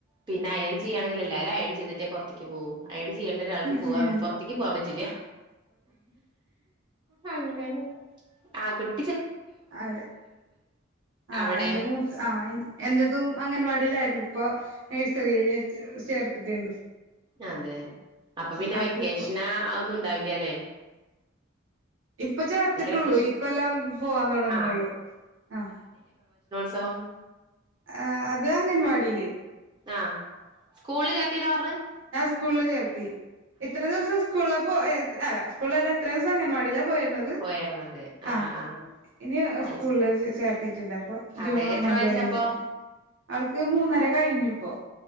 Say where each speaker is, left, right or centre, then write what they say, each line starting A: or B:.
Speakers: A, on the right; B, on the right.
A: പിന്നെ അയൻ ചെയ്യുകണെങ്കി എല്ലാരും അയൻ ചെയ്തിട്ടേ പുറത്തേക്ക് പോവൂ ഏ ചെയ്യേണ്ടൊരാൾക്ക്
B: ഉം
A: പോവാം
B: ഉം
A: പുറത്തേക്ക് പോവാൻ പറ്റില്ലാ അങ്ങനേ ആ കുട്
B: അ ആ
A: അവിടെ
B: എന്റെ മൂത്ത് ആ എൻ്റതും അംഗൻവാടീലാര്ന്ന് ഇപ്പൊ നഴ്സറീല് ചേർത്തിട്ടിണ്ട്
A: അതെ അപ്പൊ പിന്നെ
B: ആൾക്കിപ്പോ
A: വെക്കേഷനാ ഒന്നുണ്ടാവി ല്ല്യാലേ
B: ഇപ്പൊ ചേർത്തിട്ടുള്ളു
A: വെക്കേഷൻ
B: ഇക്കൊല്ലം പോവാൻ തൊടങ്ങ്ണൊള്ളൂ
A: ആഹ്
B: ആ
A: ത്സവം
B: ആ അത് അംഗൻവാടീല്
A: ആ സ്കൂൾല് ചേർത്തീന്നാ പർഞ്ഞ്
B: സ്കൂൾല് ചേർത്തീ ഇത്ര ദിവസം സ്കൂളിലപ്പോ ഏ അല്ല സ്കൂൾലല്ലാ ഇത്രേസം അംഗൻവാടീലാ പോയേ <unintelligible>
A: പോയായിരുന്നത്
B: ആ
A: ആഹ് ആഹ്
B: ഇനി
A: അയ്
B: സ്കൂൾലേക്ക്
A: ശരി
B: ചേർത്തിട്ടുണ്ട് അപ്പൊ ജൂൺ
A: അതെ
B: ഒന്നാതി
A: എത്ര വയസ്സാപ്പോ
B: തൊടങ്ങി ആൾക്ക് മൂന്നര കഴിഞ്ഞു പ്പോ